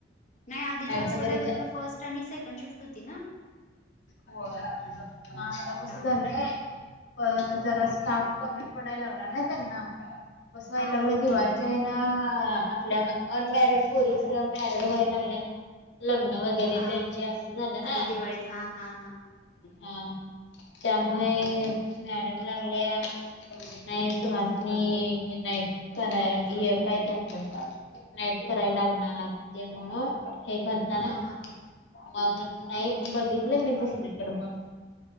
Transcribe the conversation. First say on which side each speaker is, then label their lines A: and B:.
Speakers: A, on the left; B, on the left.
A: नाही आधीच्या हॉस्पिटलला
B: वगैरे जा
A: तुला फर्स्ट आणि सेकंड शिफ्ट होती ना.
B: होय हा आतां कसं
A: हा
B: झालंय.
A: हा
B: प जरा स्टाफ कमी पडायला लागलाय त्यांना बसवाय
A: हा
B: लागलाय
A: हा
B: दिवाळीत तेनं आपल्या अनमॅरिड पोरीस मॅरिड व्हायला लागल्यात. लग्न वगैरे
A: हा
B: त्यांची असं झालं ना.
A: आता दिवाळीत हा हा हा
B: हा त्यामुळे मॅडम लागलीया. नाही तुमासनी हे नाही कराय हे काय ते आपलं. नाईट कराय लागणार ते म्हणून हे करताना
A: हा हा
B: मग नाही बघितलं मी दुसरीकडे मग.